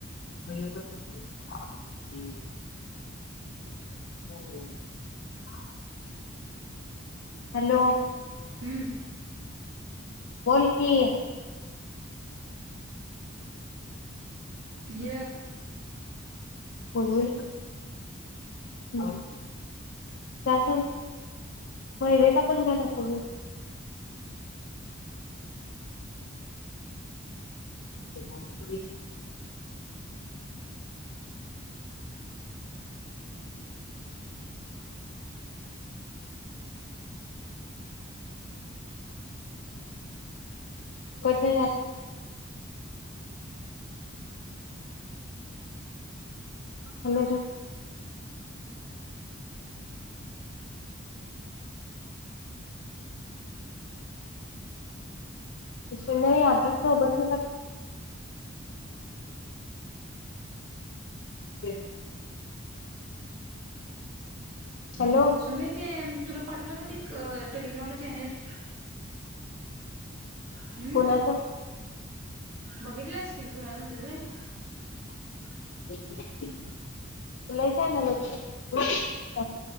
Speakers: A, on the left; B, on the right.
A: नई हम्म ह हॅलो
B: हम्म
A: बोलकी
B: ज
A: बोलवेल का हा त्यासंघ मैदे का पण क्या तर करून फुकट नाही राहात नाही तेशे लय अभ्यास सोबल नसते हॅलो
B: सुमे ते तुला पाठवले ब ते टेलीग्रामन चॅनल हम्
A: कोणाच
B: बघितल्यास किनी कुणाच म्हणतील वय <inaudible> <unintelligible>
A: <unintelligible> लय चागल लोक हाय <inaudible>